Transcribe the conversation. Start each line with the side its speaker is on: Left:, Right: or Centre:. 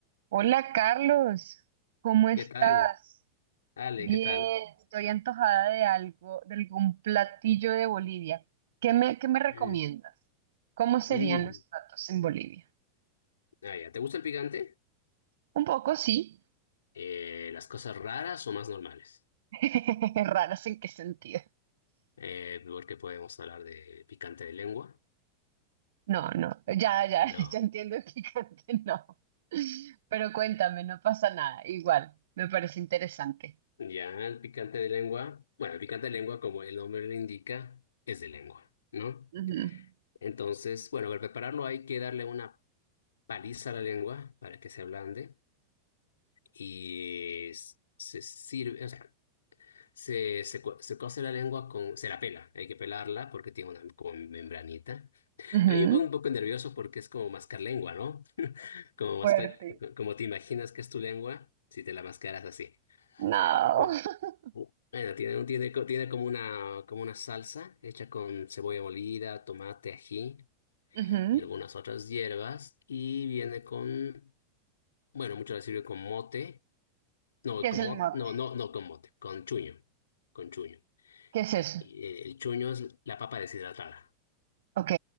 Right: Hola Carlos, ¿cómo estás?
Left: ¿Qué tal? Ale,
Right: Bien,
Left: ¿qué tal?
Right: estoy antojada de algo, de algún platillo de Bolivia. ¿Qué me, qué me recomiendas?
Left: Mm,
Right: ¿Cómo serían
Left: mm.
Right: los platos en Bolivia?
Left: Ah, ya. ¿Te gusta el picante?
Right: Un poco, sí.
Left: Eh, ¿las cosas raras o más normales?
Right: <laughs> ¿Raros en qué sentido?
Left: Eh, porque podemos hablar de picante de lengua.
Right: No, no, ya, ya,
Left: No.
Right: <laughs> ya entiendo el picante, <laughs> no. Pero cuéntame, no pasa nada, igual, me parece interesante.
Left: Ya, el picante de lengua. Bueno, el picante de lengua, como el nombre lo indica, es de lengua, ¿no?
Right: Ujú,
Left: Entonces, bueno, para prepararlo hay que darle una paliza a la lengua para que se ablande y s- se sirve, o sea, Se, se, co- se cose la lengua con... Se la pela, hay que pelarla porque tiene una como membranita.
Right: ujú.
Left: A mí me pongo un poco nervioso porque es como mascar lengua, ¿no? <laughs> Como,
Right: Fuerte.
Left: maspa- como te imaginas que es tu lengua si te la mascaras así.
Right: No.
Left: Bueno,
Right: <laughs>
Left: bu- bueno, tiene, tiene, co- tiene como una, como una salsa hecha con cebolla molida, tomate, ají
Right: Ujú.
Left: y algunas otras hierbas. Y viene con... Bueno, muchas veces sirve con mote. No,
Right: ¿Qué es
Left: con
Right: el
Left: mo-
Right: mote?
Left: no, no, no con mote, con chuño. Con chuño.
Right: ¿Qué es eso?
Left: Y, eh, el chuño es la papa deshidratada.
Right: Ok,